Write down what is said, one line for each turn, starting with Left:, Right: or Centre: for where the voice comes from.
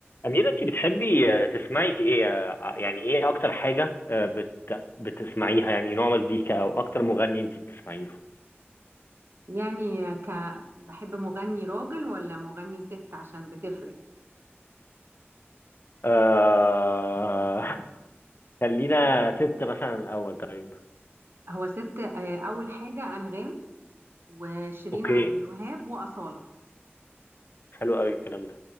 Left: أميرة أنت بتحبي آه، تسمعي إيه آه، يعني إيه أكتر حاجة آه، بت... بتسمعيها يعني نوع مزيكا أو أكتر مغني أنت بتسمعي له
Right: يعني ك بحب مغني راجل ولا مغني ست عشان بتفرق
Left: آه... خلينا ست مثلا الأول طيب
Right: هو ست آه، أول حاجة أنغام وشيرين
Left: أوكي
Right: عبد الوهاب وأصالة
Left: حلو قوي الكلام ده